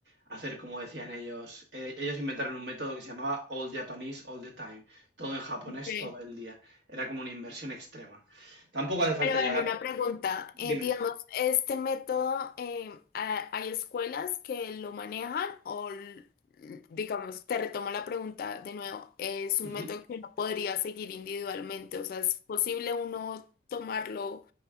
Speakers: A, on the right; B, on the left.
A: hacer como decían ellos. Eh, ellos inventaron un método que se llamaba All Japanese All the Time, todo en japonés
B: Ok.
A: todo el día. Era como una inversión extrema. Tampoco hace falta
B: Pero bueno,
A: llegar.
B: una pregunta. eh,
A: Dime.
B: digamos, ¿este método eh, ha- hay escuelas que lo manejan o, l- digamos, te retomo la pregunta de nuevo, es un
A: Ujú.
B: método que uno podría seguir individualmente? O sea, ¿es posible uno tomarlo